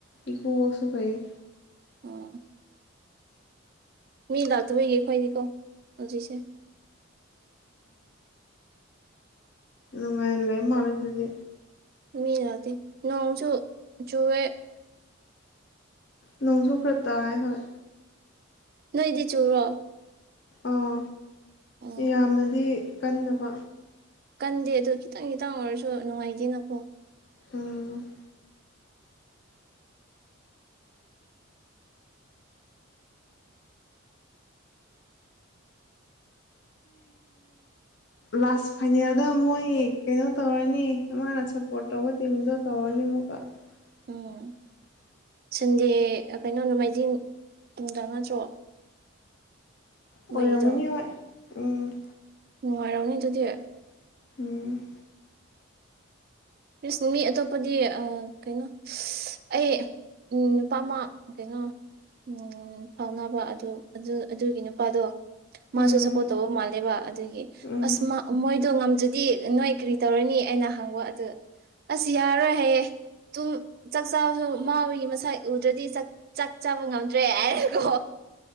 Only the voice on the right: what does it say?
ꯑꯣ ꯃꯤ ꯂꯥꯛꯇꯕꯒꯤ ꯑꯈꯣꯏꯗꯤꯀꯣ ꯍꯧꯖꯤꯛꯁꯦ
ꯃꯤ ꯂꯛꯇꯦ ꯅꯣꯡꯁꯨ ꯆꯨꯋꯦ
ꯅꯣꯏꯗꯤ ꯆꯨꯔꯣ
ꯑꯣ
ꯀꯟꯗꯦ ꯑꯗꯣ ꯈꯤꯇꯪ ꯈꯤꯇꯪ ꯑꯣꯏꯔꯁꯨ ꯅꯨꯡꯉꯥꯏꯇꯦꯅꯀꯣ
ꯎꯝ ꯁꯟꯗꯦ ꯀꯩꯅꯣ ꯅꯣꯡꯃꯥꯏꯖꯤꯡ ꯅꯨꯡꯗ ꯅꯠꯇ꯭ꯔꯣ
ꯃꯣꯏꯒꯤꯗꯣ
ꯅꯨꯡꯉꯥꯏꯔꯝꯅꯤ ꯑꯗꯨꯗꯤ
ꯏꯁ ꯃꯤ ꯑꯇꯣꯞꯄꯗꯤ ꯑꯥ ꯀꯩꯅꯣ ꯑꯩ ꯎꯝ ꯅꯨꯄꯥ ꯑꯃ ꯀꯩꯅꯣ ꯎꯝ ꯐꯥꯎꯅꯕ ꯑꯗꯨ ꯑꯗꯨ ꯑꯗꯨꯒꯤ ꯅꯨꯄꯥꯗꯣ
ꯃꯥꯁꯨ ꯁꯞꯄꯣꯠ ꯇꯧꯕ ꯃꯥꯜꯂꯦꯕ ꯑꯗꯨꯒꯤ
ꯑꯁ ꯃꯥ ꯃꯣꯏ ꯗꯨ ꯉꯝꯗ꯭ꯔꯗꯤ ꯅꯣꯏ ꯀꯔꯤ ꯇꯧꯔꯅꯤ ꯑꯩꯅ ꯍꯪꯕ ꯑꯗꯨ ꯑꯁ ꯌꯥꯔꯣꯏ ꯍꯥꯏꯌꯦ ꯇꯨꯝ ꯆꯥꯛ ꯆꯥꯕꯁꯨ ꯃꯥꯒꯤ ꯃꯁꯛ ꯎꯗ꯭ꯔꯗꯤ ꯆꯛ ꯆꯥꯛ ꯆꯥꯕ ꯉꯝꯗ꯭ꯔꯦ ꯍꯥꯏꯔꯦꯀꯣ